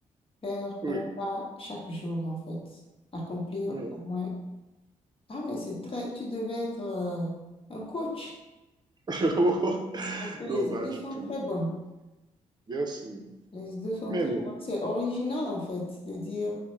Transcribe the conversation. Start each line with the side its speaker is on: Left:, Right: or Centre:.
Left: Faire
Right: Oui,
Left: un pas chaque jour, en fait. Accomplir
Right: oui.
Left: au moins. Ah, mais c'est très, tu devais être euh, un coach.
Right: <laughs>
Left: Parce que les
Right: non, pas
Left: idées
Right: du
Left: sont
Right: tout.
Left: très bonnes.
Right: Merci.
Left: Les idées sont
Right: Mais
Left: très
Right: non.
Left: bonnes. C'est original, en fait, de dire.